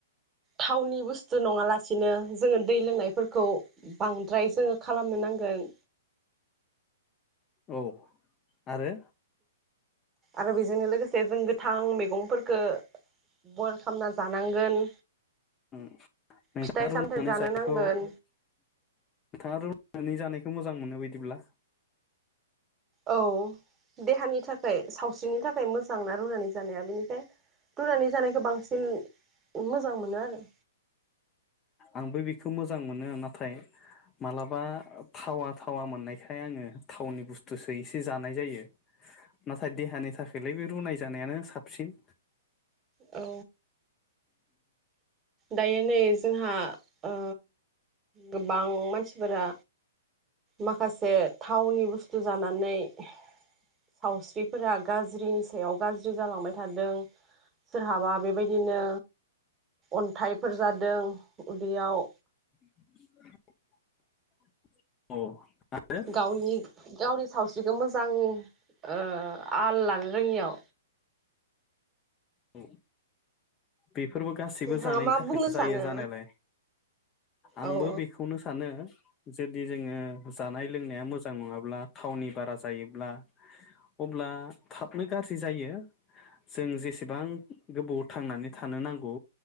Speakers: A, on the right (about 20°); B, on the left (about 20°).
A: थावनि बुस्थु नङाला सिनो जोङो दै लोंनायफोरखौ बांद्राय जोङो खालामनो नांगोन
B: औ आरो
A: आरो बिजों लोगो से जों गोथां मैगंफोरखो बयल खालामना जानांगोन
B: नोंथाङा
A: फिथाइ
B: रुनानै
A: सामथाइ जानो
B: जानायखौ
A: नांगोन
B: नोंथाङा रुनानै जानायखो मोजां मोनो बिदिब्ला
A: औ देहानि थाखाय सावस्रिनि थाखाय मोजां ना रुनानै जानाया बेनिखाय रुनानै जानायखौ बांसिन मोजां मोनो आरो
B: आंबो बेखौ मोजां मोनो नाथाय मालाबा थावा थावा मोननायखाय आङो थावनि बुस्थुसो एसे जानाय जायो ना थाय देहानि थाखायलाय बे रुनाय जानायानो साब सिन
A: औ दायो नै जोंहा ओ गोबां मानसिफोरा माखासे थावनि बुस्थु जानानै सावस्रिफोरा गाज्रिनि सायाव गाज्रि जालांबाय थादों सोरहाबा बेबायदिनो अन्थाइफोर जादों उदैयाव
B: <inaudible> अ आरो
A: गावनि-गावनि सावस्रि खौ मोजां ओ आलला रोङियाव
B: औ बेफोरबो गासैबो
A: नोंथाङा
B: जानायनि
A: मा
B: थाखायनो
A: बुंनो
B: जायो
A: सानो
B: जानायालाय आंबो
A: औ औ
B: बेखौनो सानो। जुदि जोङो जानाय लोंनाया मोजां नङाब्ला थावनि बारा जायोब्ला अब्ला थाबनो गाज्रि जायो जों जेसे बां गोबाव थांनानै थानो नांगौ